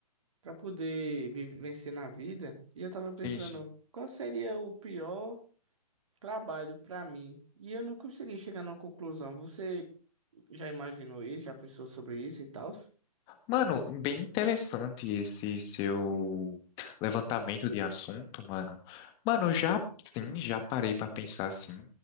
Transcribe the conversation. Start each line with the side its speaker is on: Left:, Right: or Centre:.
Right: pra poder vi- vencer na vida, e eu tava pensando,
Left: Sim, sim.
Right: qual seria o pior trabalho pra mim? E eu não consegui chegar numa conclusão. Você já imaginou isso? Já pensou sobre isso e tal?
Left: Mano, bem interessante esse seu levantamento de assunto, mano. Mano, já sim, já parei pra pensar assim.